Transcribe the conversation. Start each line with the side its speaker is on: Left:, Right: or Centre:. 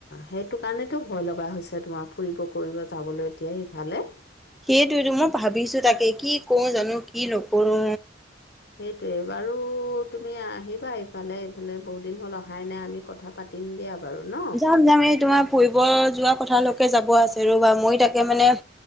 Left: সেইটো কাৰণেতো ভয় লগা হৈছে তোমাৰ ফুৰিব কৰিব যাবলৈ এতিয়া সিফালে।
Centre: সেইটোৱেটো মই ভাবিছোঁ তাকে কি কো জানো, কি নকৰো।
Left: সেইটোৱে, বাৰু তুমি আহিবা ইফালে এইফালে বহুত দিন হ'ল অহাই নাই, আমি কথা পাতিম দিয়া। বাৰু ন
Centre: যাম যাম। এই তোমাৰ ফুৰিব যোৱা কথালৈকে যাব আছে ৰ'বা মই তাকে মানে